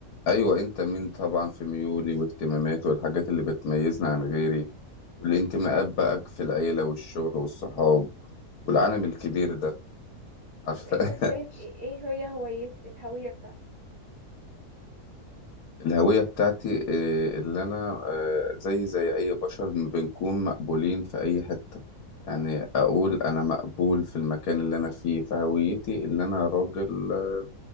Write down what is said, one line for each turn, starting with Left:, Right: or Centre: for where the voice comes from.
Left: ايوه انت مين طبعا في ميولي واهتماماتي والحاجات اللي بتميزني عن غيري والانتماءات بقى في العيله والشغل والصحاب والعالم الكبير ده عارفه
Right: طب انت شايف
Left: <laughs>
Right: ايه إيه هي هوية الهوية بتاعتك
Left: الهوية بتاعتي آه، اللي أنا آه، زي زي أي بشر بنكون مقبولين في أي حتة يعني أقول أنا مقبول في المكان اللي أنا فيه فهويتي اللي أنا راجل آه،